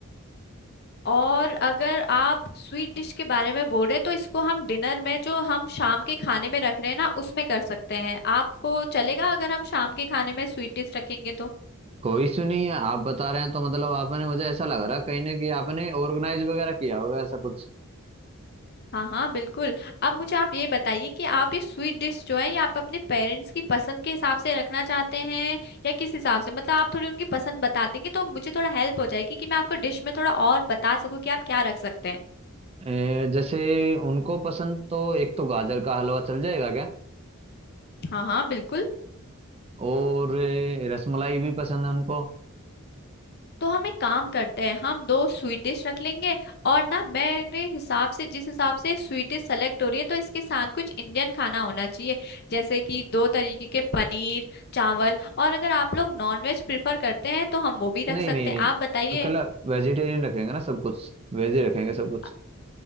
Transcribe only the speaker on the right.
कोई इशू नहीं है आप बता रहे हैं तो मतलब आपने मुझे ऐसा लग रहा कहीं ना कहीं आपने ऑर्गेनाइज वगैरह किया होगा ऐसा कुछ
ए, जैसे उनको पसंद तो एक तो गाजर का हलवा चल जाएगा क्या
और ए, रसमलाई भी पसंद है उनको
नहीं
नहीं नहीं
कल वेजिटेरियन रखेंगे ना सब कुछ वेज ही रखेंगे सब कुछ